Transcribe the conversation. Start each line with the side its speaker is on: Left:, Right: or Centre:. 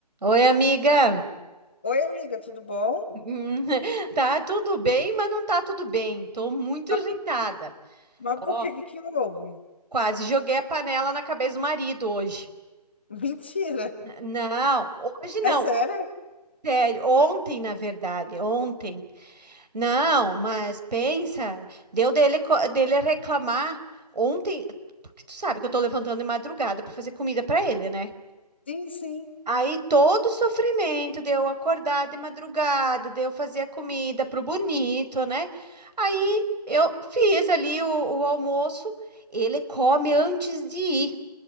Right: Oi, amiga.
Left: Oi, amiga, tudo bom?
Right: Hum, <laughs> Tá tudo bem, mas não tá tudo bem. Tô muito
Left: Ah,
Right: irritada.
Left: Mas
Right: Ó,
Left: por que que que houve?
Right: quase joguei a panela na cabeça do marido hoje.
Left: Mentira.
Right: Não, hoje não.
Left: É sério?
Right: Sério, ontem, na verdade, ontem. Não, mas pensa, deu dele, co- dele reclamar ontem, porque tu sabe que eu tô levantando de madrugada pra fazer comida pra ele, né?
Left: Sim, sim.
Right: Aí todo o sofrimento de eu acordar de madrugada, de eu fazer a comida pro bonito, né? Aí eu fiz ali o, o almoço, ele come antes de ir